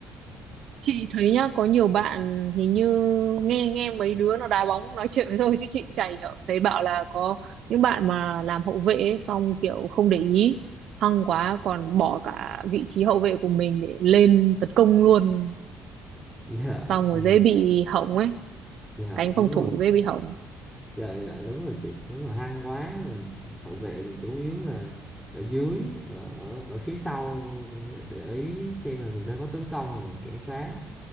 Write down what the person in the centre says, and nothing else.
giờ
thì
giờ
đúng
rồi
giờ giờ đúng rồi chị nếu mà hăng quá mình hậu vệ thì chủ yếu là ở dưới ở ở, ở phía sau để ý xem là người ta có tấn công thì mình cản phá